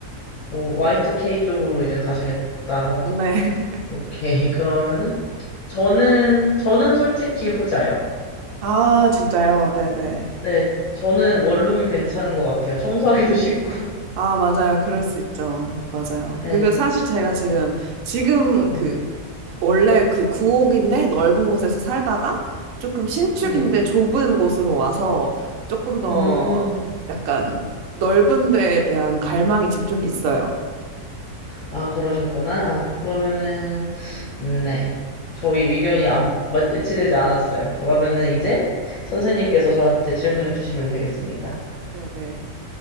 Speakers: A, on the left; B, on the right.
A: 오, Y2K 쪽으로 이제 가시겠다.
B: 네. <laughs>
A: 오케이. <laughs> 그러면은, 저는, 저는 솔직히 후자요.
B: 아, 진짜요? 네네.
A: 네, 저는 원룸 괜찮은 것 같아요. 청소하기도 쉽고. <laughs>
B: 아, 맞아요. 그럴 수 있죠. 맞아요.
A: 네,
B: 근데 사실 저희가
A: 그래,
B: 지금, 지금
A: 네,
B: 그, 원래 그 구옥인데 넓은 곳에서 살다가 조금 신축인데
A: 네.
B: 좁은 곳으로 와서 조금 더
A: 음,
B: 약간 넓은 데에 대한 갈망이 지금 좀 있어요.
A: 아, 그러셨구나. 그러면은, 음, 네. 저희 의견이 안, 마- 매치되지 않았어요. 그러면은 이제 선생님께서 저한테 질문을 주시면 되겠습니다.
B: 아, 네네.